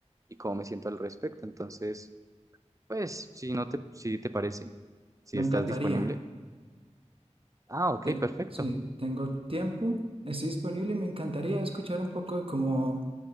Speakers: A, on the right; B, on the right.
A: y cómo me siento al respecto. Entonces, pues, si no te, si te parece, si
B: Me
A: estás
B: encantaría.
A: disponible. Ah, ok,
B: Te-
A: perfecto.
B: sí, tengo tiempo, estoy disponible y me encantaría escuchar un poco de cómo,